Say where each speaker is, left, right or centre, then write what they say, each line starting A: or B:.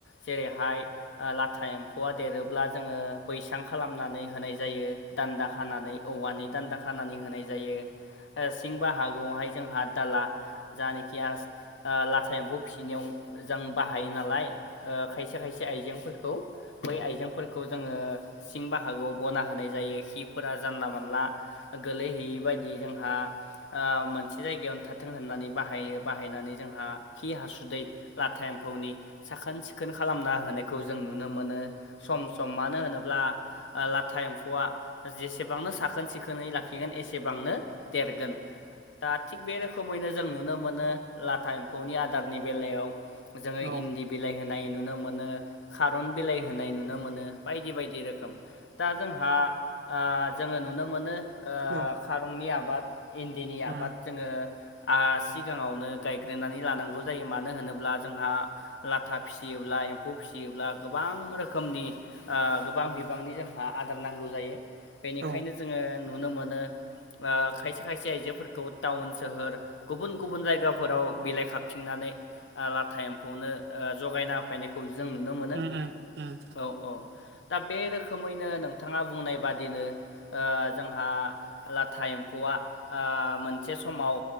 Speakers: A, on the left; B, on the right.
A: जेरैहाय आ लाथा एम्फौआ देरोब्ला जोंङो बैसां खालामनानै होनाय जायो दान्दा खानानै औवानि दान्दा खानानै होनाय जायो सिं बाहागोआवहाय जोंहा दाला जानखि आ लाथा एम्फौ फिनायाव जों बाहायो नालाय खायसे खायसे आइजेंफोरखौ बै आइजें फोरफोरखौ जोङो सिं बाहागोआव बना होनाय जायो खिफोरा जानला मोनला गोलैहैयै बायदि जोंहा मोनसे जायगायावनो थाथों होननानै बाहायो बाहायनानै जोंहा खि हासुदै लाथा एम्फौनि साखोन सिखोन खालामना होनाय खौ जों नुनो मोनो सम सम मानो होनोब्ला लाथा एम्फौआ जेसेबांनो साखोन सिखोनै लाखिगोन एसेबांनो देरगोन दा थिग बे रोखोम रुखुमैनो जों नुनो मोनो लाथा एम्फौनि आदारनि बेलायाव जो
B: औ
A: इदि बिलाइ होनाय नुनो मोनो खारन बिलाइ होनाय नाय नुनो मोनो बायदि बायदि रोखोम दा जोंहा जोङो नुनो मोनो ओ
B: औ
A: खारौनि आबाद इन्दिनि आबाद
B: औ
A: जोङो ओ सिगाङावनो गायग्रोनानै लानांगौ जायो मानो होनोब्ला जोंहा लाथा फिसियोब्ला एम्फौ फिसियोब्ला गोबां रोखोमनि ओ गोबां बिबांनि जोंहा आदार नांगौ जायो बेनिखायनो
B: औ उम
A: जोङो नुनो मोनो खायसे खायसे आइजोफोरखौ टाउन सोहोर गुबुन गुबुन जायगाफोराव बिलाइ खाबथिंनानै लाथा एम्फौनो जगायना फायनायखौ जों नुनो मोनो
B: उम उम
A: औ औ दा बे रोखोम रोखोमैनो नोंथाङा बुंनाय बादिनो जोंहा लाथा एम्फौआ मोनसे समाव